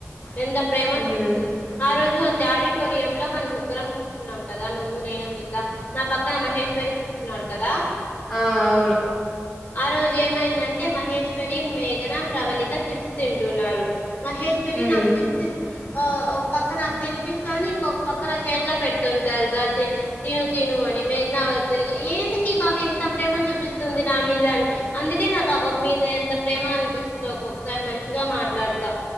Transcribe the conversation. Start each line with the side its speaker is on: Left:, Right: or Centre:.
Left: ఎంత ప్రేమ
Centre: ఉమ్
Left: చూపిస్తుంది, ఆ రోజ్ ను అంతే ఆడిటోరియంలా మనం ముగ్గురం కూర్చున్నాం కదా నువ్వు నేను మృదుల నా పక్కన మహేశ్వరి కూర్చున్నారు కదా
Centre: ఆ అవును
Left: ఆ రోజు ఏమైందంటే మహేశ్వరి, మేఘన, ప్రవళిక చిప్స్ తింటున్నారు. మహేశ్వరి
Centre: ఉమ్
Left: నాక్ చిప్స్ ఇస్ ఆ ఒక పక్కన తినిపిస్తుంది ఇంకొక పక్కన చేతిలో పెడుతుంది తెలుసా తిను తిను అని, మేఘనా వాళ్ళకి తెలిక ఎందుకు ఈ బాబు ఇంత ప్రేమ చూపిస్తుంది నా మీద అని, అందుకే నాకు ఆ బాబ్ మీద ఎంత ప్రేమ అనిపిస్తుందో ఒక్కొక్కసారి మంచిగా మాట్లాడుతా,